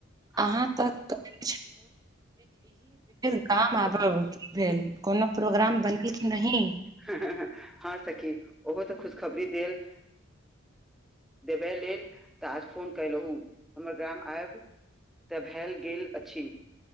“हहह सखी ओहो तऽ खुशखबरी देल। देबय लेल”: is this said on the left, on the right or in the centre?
Centre